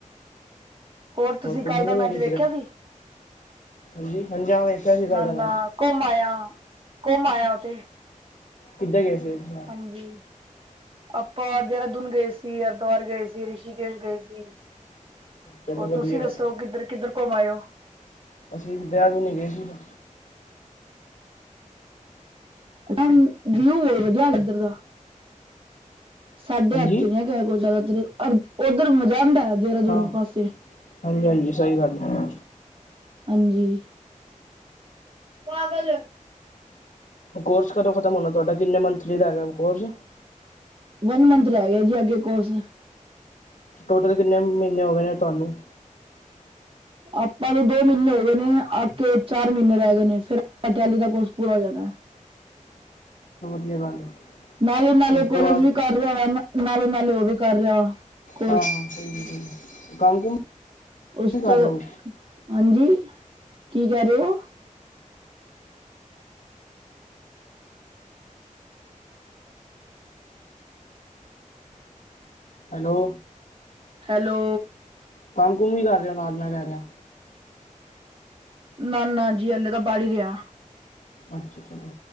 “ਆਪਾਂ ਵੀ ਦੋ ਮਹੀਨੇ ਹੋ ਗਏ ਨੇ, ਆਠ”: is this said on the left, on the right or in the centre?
Right